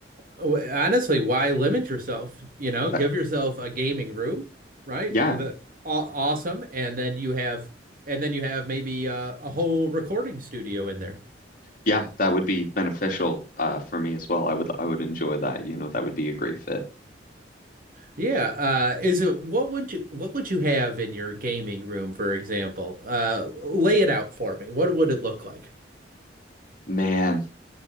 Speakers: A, on the right; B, on the left.
A: Oh, Honestly, why limit yourself? You know,
B: But
A: give yourself a gaming room, right?
B: yeah,
A: The aw awesome, and then you have, and then you have maybe uh, a whole recording studio in there.
B: yeah, that would be beneficial uh for me as well. I would I would enjoy that, you know, that would be a great fit.
A: Yeah, uh, is it what would you what would you have in your gaming room, for example? Uh, lay it out for me. What would it look like?
B: Man.